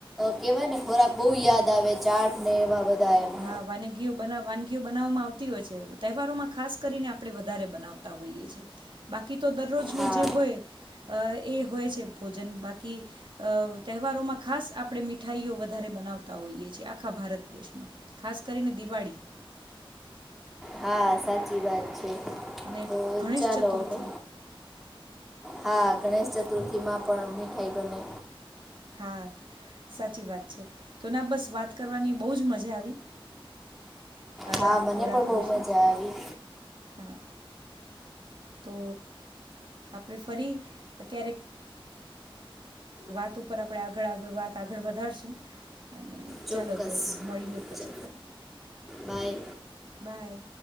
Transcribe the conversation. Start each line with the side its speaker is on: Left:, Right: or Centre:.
Centre: કેહેવાય ને ખોરાક બહુ યાદ આવે ચાટ ને એવા બધા. એમ
Right: હા વાનગીઓ બ વાનગીઓ બનાવવામાં આવતી હોય છે તહેવારોમાં ખાસ કરીને આપણે વધારે બનાવતા હોઈએ છીએ, બાકી તો દરરોજનું
Centre: હા
Right: જે હોય એ હોય છે ભોજન બાકી તહેવારોમાં ખાસ આપણે મીઠાઈઓ વધારે બનાવતા હોઈએ છીએ આખા ભારત દેશમાં. ખાસ કરીને દિવાળી.
Centre: હા સાચી વાત છે.
Right: અને
Centre: તો
Right: ગણેશ
Centre: ચાલો
Right: ચતુર્થી.
Centre: હવે હા ગણેશ ચતુર્થીમાં પણ મીઠાઈ બને.
Right: હા સાચી વાત છે તો ના બસ વાત કરવાની બહજ મજા આવી. અલગ
Centre: હા મને
Right: ખોરાક
Centre: પણ બહુ
Right: વિશે
Centre: મજા આવી.
Right: હા તો આપણે ફરી ક્યારેક વાત ઉપર આપણે આગળ આવે વાત આગળ વધારશું. અને
Centre: ચોક્કસ
Right: ચાલો તો મળીએ પછી
Centre: ચ
Right: ફરી.
Centre: Bye
Right: by.